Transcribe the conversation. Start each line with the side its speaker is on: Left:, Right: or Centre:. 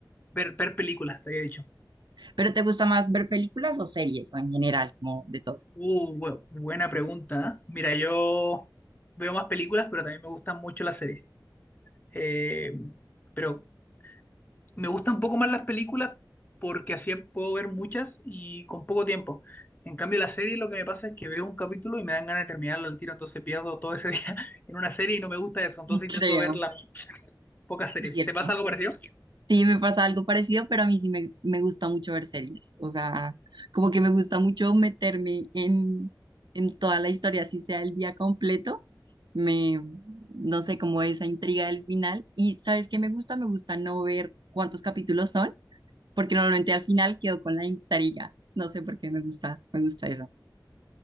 Left: ver, ver películas, te había dicho.
Right: ¿Pero te gusta más ver películas o series o en general, como de todo?
Left: Uh, bu- buena pregunta. ¿eh? Mira, yo veo más películas, pero también me gustan mucho las series. Eh, pero Me gustan un poco más las películas porque así puedo ver muchas y con poco tiempo. En cambio, la serie lo que me pasa es que veo un capítulo y me dan ganas de terminarlo al tiro, entonces pierdo todo ese día <laughs> en una serie y no me gusta eso, entonces
Right: Sí, Creo,
Left: intento ver las pocas series.
Right: es cierto.
Left: ¿Te pasa algo parecido?
Right: Sí, me pasa algo parecido, pero a mí sí me, me gusta mucho ver series. O sea, como que me gusta mucho meterme en, en toda la historia, así sea el día completo. Me, no sé, como esa intriga del final. Y ¿sabes qué me gusta? Me gusta no ver cuántos capítulos son, porque normalmente al final quedo con la intriga. No sé por qué me gusta, me gusta eso.